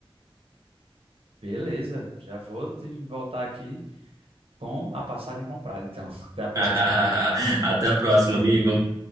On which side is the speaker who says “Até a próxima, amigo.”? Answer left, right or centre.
Right